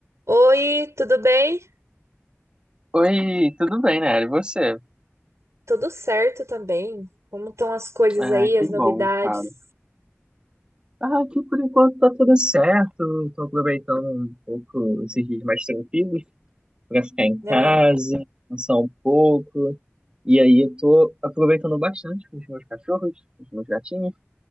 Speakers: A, on the right (about 75°); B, on the right (about 20°).
A: Oi, tudo bem?
B: Oi, tudo bem, né? E você?
A: Tudo certo também? Como estão as coisas
B: Ah,
A: aí, as
B: que bom,
A: novidades,
B: cara. Ah, aqui por enquanto tá tudo certo. Tô aproveitando um pouco esses dias mais tranquilos pra ficar em
A: né?
B: casa, descansar um pouco. E aí eu tô aproveitando bastante com os meus cachorros, com os meus gatinhos.